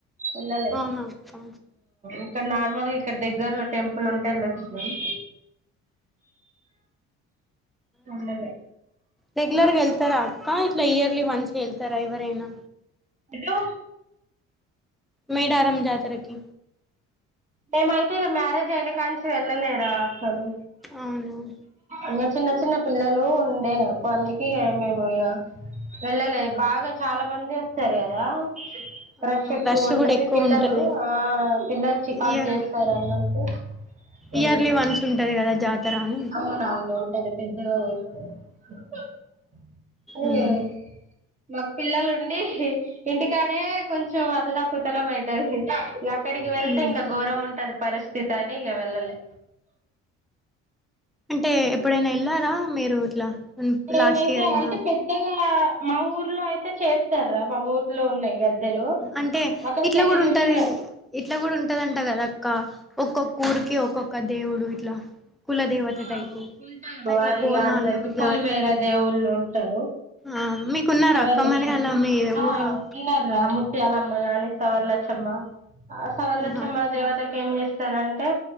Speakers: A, on the right; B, in the centre.
A: ఇన్నలే
B: అవునా అక్క
A: ఇక్కడ నార్మల్ గా ఇక్కడ దగ్గరలో టెంపుల్ ఉంటే వెళ్లి వచ్చినం ఉండలే
B: రెగ్యులర్గా వెళ్తారా అక్క ఇట్లా ఇయర్లీ వన్స్కి వెళ్తారా ఎవరైనా
A: ఎప్పు
B: మేడారం జాతరకి
A: మేమైతే ఇక మ్యారేజ్ అయినా కా ను వెళ్ళలేరా అసలు
B: అవున
A: ఇంకా చిన్న చిన్న పిల్లలు ఉండే నాకు అందుక మేము ఇక వెళ్ళలేదు బాగా చాలా పని చేస్తారు, కదా
B: అవును
A: రష్ ఎక్కువ ఉంటది.
B: కూడా ఎక్కువ
A: పిల్లలు
B: ఉంటది
A: ఆ పిల్లలు చిక్కి. పాస్
B: ఇయర్
A: చేస్తస్తారు అన్నట్టు వెళ్లే,
B: ఇయర్లీ వన్స్ ఉంటది కదా జాతర అని
A: అవునా. పెద్ద కోస్తారు. <unintelligible>
B: ఉమ్
A: మాకు పిల్లలుండి ఇంటికాడే కొంచెం అదలా కుతలం అయితది. ఇగ అక్కడికి వెళ్తేం.
B: ఉమ్.
A: ఉంటది పరిస్థితి అని ఇ గ వెళ్లలే.
B: అంటే ఎప్పుడైనా వెళ్లారా మీరు ఇట్లా.
A: నేనైతే
B: లాస్ట్ ఇయర్ అయినా
A: అంటే పెద్దగా మా ఊర్లో అయితే చేస్తారా మా ఊర్లో ఉన్నాయి. గద్దెలు
B: అంటే
A: అక్కడికెళ్ళి
B: ఇట్లా కూడా
A: చూసిన
B: ఉంటది. ఇట్లా కూడా ఉంటదంటా. కదా అక్క ఒక్కొక్క. ఊరికి ఒక్కొక్క దేవుడు ఇట్లా. కుల దేవత
A: ఆ
B: టైపు అట్లా బోనాలు
A: అందరికి ఇ గా
B: జాతర
A: పొలిమేర దేవుళ్ళు ఉంటారు.
B: ఆ మీకున్నారా
A: సవర్
B: అక్క
A: లచ్చమ్మ
B: మరి అలా మీ
A: ఆ
B: ఊర్లో
A: ఉన్నారా. ముత్యాలమ్మ గాని సవర్లచ్చమ్మ, ఆ సవర్లచ్చమ్మ
B: ఆహా
A: దేవతకి ఏం చే. స్తారు అంటే